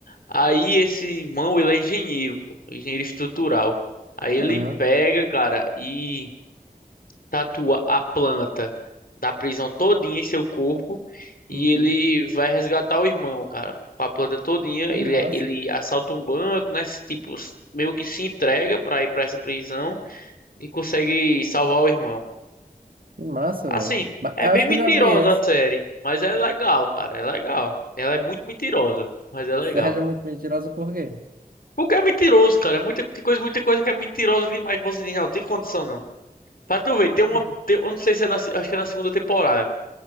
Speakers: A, on the left; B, on the right.
A: Aí esse irmão, ele é engenheiro, pô, engenheiro estrutural. Aí
B: Aham.
A: ele pega, cara, e tatua a planta da prisão todinha em seu corpo e
B: Uhum.
A: ele vai resgatar o irmão, cara. Com a planta todinha,
B: Que
A: ele
B: massa.
A: é, ele assalta um banco, né? Tipo, meio que se entrega pra ir pra essa prisão e consegue salvar o irmão.
B: Que massa,
A: Assim,
B: velho. Mas
A: é
B: eu
A: bem
B: acho que
A: mentirosa
B: eu já vi esse.
A: a série, mas é legal, cara, é legal. Ela é muito mentirosa, mas é legal.
B: Sérgio é muito mentirosa por quê?
A: Porque é mentiroso, cara. É Muita tem coisa, muita coisa que é mentirosa demais que você diz, não, não tem condição, não. Pra tu ver, tem uma.
B: <laughs>
A: tem- eu não sei se é na, se- acho que é na segunda temporada.